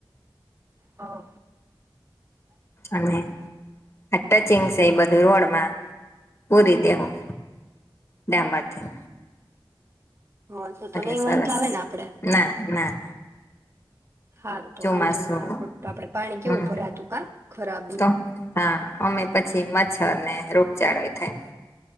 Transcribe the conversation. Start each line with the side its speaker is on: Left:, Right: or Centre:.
Right: અ
Left: અને, આ ટચિંગ છે, એ બધું રોડમાં પૂરી દેહું ડેમમાંથી.
Right: હ, તું તો નહી
Left: સરસ
Right: વાંધો આવે ને આપડે.
Left: ના ના ના
Right: હા, તો
Left: ચોમાસું
Right: વાંધો ન ખોટું આપડે પાણી કેવું
Left: હમ
Right: ભરાતું ક ભરાબધૂ.
Left: તો હા અમે પછી મચ્છર ને રોગચાળો એ થાય.